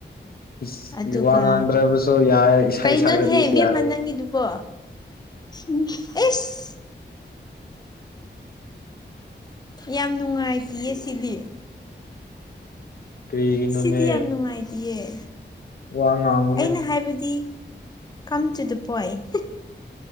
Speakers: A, on the left; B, on the left.
A: ꯏꯁ
B: ꯑꯗꯨꯒ
A: ꯋꯥ ꯉꯥꯡꯗ꯭ꯔꯕꯁꯨ ꯌꯥꯏ ꯏꯁꯩ
B: ꯀꯩꯅꯣꯍꯦ
A: ꯁꯛꯂꯗꯤ
B: ꯏꯕꯦꯝꯃ
A: ꯌꯥꯔꯦ
B: ꯅꯪꯒꯤꯗꯨꯕꯣ ꯎ ꯏꯁ ꯌꯥꯝ ꯅꯨꯡꯉꯥꯏꯇꯌꯦ ꯁꯤꯗꯤ
A: ꯀꯅꯅꯦ
B: ꯁꯤꯗꯤ ꯌꯥꯝ ꯅꯨꯡꯉꯥꯏꯇꯤꯌꯦ
A: ꯋꯥꯉꯣ
B: ꯑꯩꯅ ꯍꯥꯏꯕꯗꯤ ꯀꯝ ꯇꯨ ꯗ ꯄꯣꯏꯟ